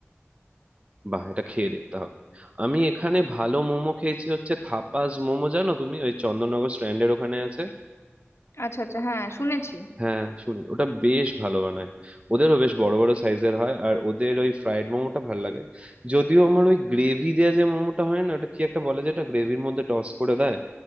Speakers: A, on the right; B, on the left.
A: বাহ এটা খেয়ে দেখতে হবে আমি এখানে ভালো মোমো খেয়েছি হচ্ছে থাপাস মোমো জানো তুমি ওই চন্দননগর স্ট্র্যান্ডের ওখানে আছে
B: আচ্ছা আচ্ছা হ্যাঁ শুনেছি
A: হ্যাঁ শুনে ওটা বেশ ভালো বানায় ওদেরও বেশ বড় বড় সাইজের হয় আর ওদের ওই ফ্রাইড মোমোটা ভালো লাগে যদিও আমার ওই গ্রেভি দেওয়া যে মোমোটা হয় না ওটা কি একটা বলে যেটা গ্রেভির মধ্যে টস করে দেয়